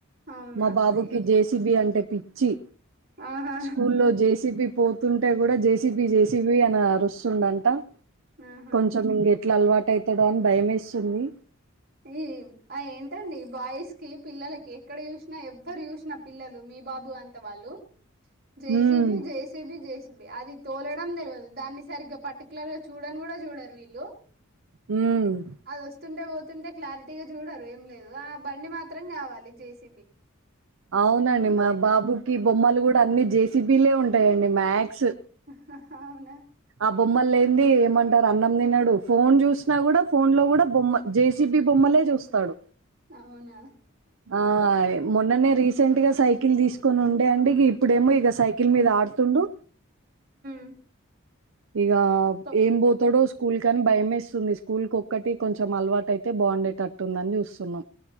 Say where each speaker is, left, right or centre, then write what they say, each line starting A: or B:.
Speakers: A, on the right; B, on the right.
A: అవునా?
B: మా బాబుకి
A: అయ్యో!
B: జేసీబీ అంటే పిచ్చి
A: ఆహా!
B: స్కూల్లో జేసీబి పోత్ పోతుంటే కూడా జేసిపి జేసిపి అని అరుస్తుండంట
A: ఆహా!
B: కొంచెం ఇంగ ఎట్లా అలవాటు అవుతాడో అని భయం వేస్తుంది
A: ఈ ఆ ఏంటండి బాయ్స్ కి పిల్లలకి ఎక్కడ చూసినా ఎవ్వరు చూసినా పిల్లలు మీ ఈ బాబు అంత వాళ్ళు జెసిబి
B: హ్మ్.
A: జెసిబి జెసిబి అది తోలడం తెల్వదు దాన్ని సరిగ్గా పర్టిక్యులర్ గా చూడన్ కూడా చూడరు వీళ్ళు
B: హ్మ్.
A: అది వస్తుంటే పోతుంటే క్లారిటీగా చూడరు ఏం లేదు ఆ బండి మాత్రం కావాలి జేసీబి
B: అవునండి మా బాబుకి బొమ్మలు కూడా అన్ని జేసీపిలే ఉంటాయండి మ్యాక్స్
A: హా హా అవునా
B: ఆ బొమ్మలు లేంది ఏమంటారు అన్నం తినడు ఫోన్ చూసినా కూడా ఫోన్ లో కూడా బొమ్మ జేసీబీ బొమ్మ బొమ్మలే చూస్తాడు
A: అవునా
B: ఆయ్ మొన్ననే రీస్ రీసెంట్ గా సైకిల్ తీసుకొని ఉండే అండి ఇప్పుడేమో ఇక సైకిల్ మీద ఆడుతుండు
A: <inaudible>
B: ఇక
A: తొ
B: ఏం పోతాడో స్కూ స్కూల్ కని భయమేస్తుంది స్కూల్ ఒక్కటి కొంచెం అలవాటు అయితే బాగుండేటట్టుందని చూస్తున్నాం